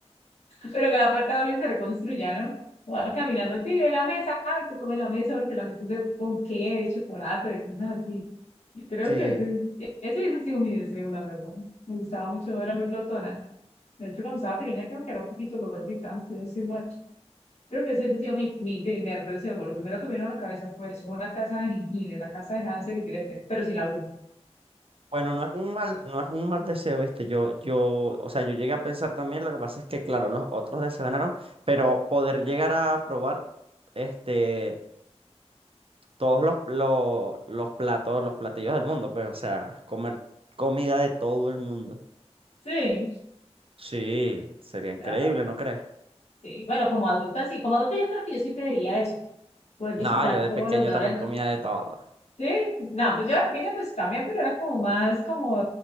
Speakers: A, on the left; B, on the right.
A: Pero que la puerta doble se reconstruya, ¿no? O va caminando, tire la mesa, ay, se come la mesa porque la mesa es de ponqué, de chocolate, de cosas así. Yo creo
B: Sí.
A: que ese, es- ese hubiese sido mi deseo, la verdad. Me gustaba mucho, era muy glotona. De hecho, cuando estaba pequeña, creo que era un poquito gordita, pero no soy mal. Creo que ese hubiese sido mi, mi primer deseo. Lo primero que me vino a la cabeza fue eso, una casa de jengibre, la casa de Hansel y Gretel, pero sin la bruja.
B: Bueno, no es un mal, no es un mal deseo, ¿viste? Yo, yo, o sea, yo llegué a pensar también, lo que pasa es que, claro, los otros deseos ganaron, pero poder llegar a probar, este, todos los, lo- los platos, los platillos del mundo, pues, o sea, comer comida de todo el mundo.
A: Sí,
B: Sí, sería increíble,
A: ah,
B: ¿no crees?
A: sí. Bueno, como adulta, sí. Como adulta yo creo que yo sí pediría eso, poder
B: No,
A: visitar
B: yo de
A: todos
B: pequeño
A: los lugares
B: también comía de todo.
A: Sí, no, pues yo era pequeña pues también, pero era como más como,